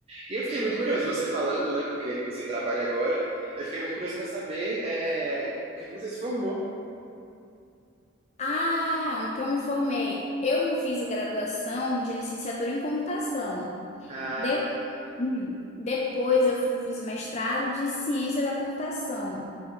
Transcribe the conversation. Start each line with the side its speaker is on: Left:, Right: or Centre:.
Right: E eu fiquei muito curioso, você falando, né, com o que que você trabalha agora, eu fiquei muito curioso pra saber, é, o que que você se formou.
Left: Ah, no que eu me formei, eu fiz graduação de licenciatura em computação.
Right: Ah,
Left: De- Hum, Depois eu fui, fiz o mestrado de ciência da computação.